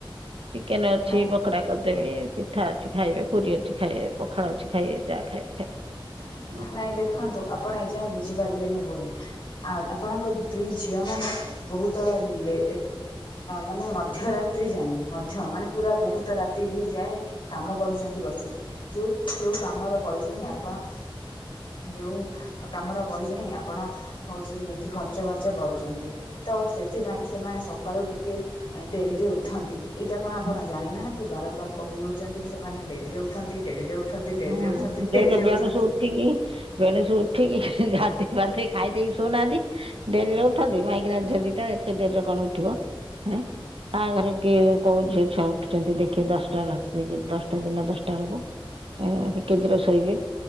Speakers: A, on the right; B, on the left.
A: ଚିକେନ ଅଛି
B: ନା
A: ପକୋଡା କରିଦେବି ପିଠା ଅଛି ଖାଇବେ। ପୁରୀ ଅଛି ଖାଇବେ ପଖାଳ ଅଛି ଖାଇବେ ଯାହା ଖାଇବେ ଖାଇବେ।
B: ନାଇଁ ଦେଖନ୍ତୁ ଆପଣ ଏଇଯାଏଁ ବୁଝିପାରିଲେନି ଭୁଲ ଟା ଆଉ ଆପଣଙ୍କ ଦୁଇ ଝିଅ ମାନେ ବହୁତ ଲେ ମାନେ ମଧ୍ୟରାତ୍ରି ଯାଏଁ ମଧ୍ୟ ମାନେ ପୁରା ବହୁତ ରାତିରେ ଯାଏ କାମ କରୁଚନ୍ତି ବସିକି ଯୋଉ ଯୋଉ କାମର ପଇସା ହିଁ ଆପଣ ଯୋଉ କାମର ପଇସା ହିଁ ଆପଣ ହଉଛି ନେଇକି ଖର୍ଚ୍ଚ ବାର୍ଚ୍ଚ କରୁଛନ୍ତି। ତ ସେଥିପାଇଁ ସେମାନେ ସକାଳୁ ଟିକେ ଡେରିରେ ଉଠନ୍ତି। ଏଇଟା କଣ ଆପଣ
A: ହୁଁ
B: ଜାଣିନାହାନ୍ତି ବାରମ୍ବାର କହି ହଉଛନ୍ତି କି ସେମାନେ ଡେରି ଉଠନ୍ତି ଡେରିରେ ଉଠନ୍ତି। ଡେରିରେ
A: ହୁଁ
B: ଉଠନ୍ତି
A: ସେ
B: ଡେରିରେ
A: ତ ବେଣୁଶୁ
B: ଉଠନ୍ତି।
A: ଉଠିକି ବେଣୁଶୁ ଉଠିକି ଗାଧେଇ ପାଧେଇ ଖାଇ ଦେଇେଇକି ଶୋଉନାହାନ୍ତି ଡେରି ଉଠି ଉଠନ୍ତି ମାଇକିନା ଝିଅ ଦିଟା ଏତେ ଡେରିରେ କଣ ଉଠିବ? ଏଁ କାହା ଘରେ କିଏ କୋଉ ଝିଅ ଛୁଆ ଉଠୁଛନ୍ତି ଦେଖି ଦଶଟା ରାତି ଦଶଟା ଦିନ ଦଶଟା ହବ? ଏ କେଦୁର ଶୋଇବେ